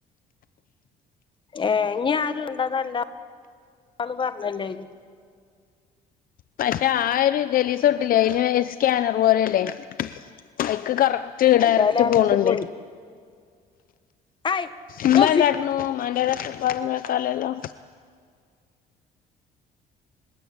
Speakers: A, on the left; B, on the left.
A: ഏയ ഞാ <unintelligible> അതല്ലാ <unintelligible> ന്ന് പറഞ്ഞല്ലേ
B: പക്ഷെ ആ ഒരു ജലീസുട്ടില്ലേ അയിന് സ്കാനർ പോലല്ലേ കൈക്ക് കറ റ്റ്
A: എന്തായാലും
B: ഡയറക്റ്റ്
A: ആ
B: പോണുണ്ടേ.
A: കുട്ടി പോയി ആയ്
B: ഉമ്മ
A: നൗഫി
B: എന്താകുണു? മാന്റരത്ത് ഭാഗങ്ങളൊക്കെല്ലേല്ലോ